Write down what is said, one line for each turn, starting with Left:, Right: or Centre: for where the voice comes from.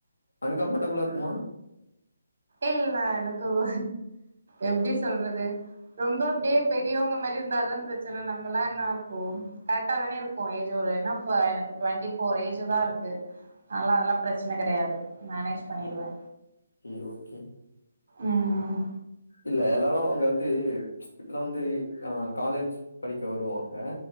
Left: அன்கம்ஃபர்டபுளா இருக்குமா
Right: இல்ல எனக்குவ் எப்டி சொல்றது ரொம்ப அப்டியே பெரியவங்க மாரி இருந்தாதா பிரச்சன நம்மளா என்னா அப்போ கரெக்டா தானே இருக்கோ ஏஜ் ஒரு என்னாஃபு எனக்கு டவெண்ட்டி ஃபோர் ஏஜுதா இருக்கு நாலா அதெல்லா பிரச்சன கெடையாது மேனேஜ் பண்ணிருவே
Left: இ ஓகே
Right: ம்
Left: இல்ல எல்லாரு அங்க வந்த் து இப்போதா வந்து அ காலேஜ் படிக்க வருவாங்க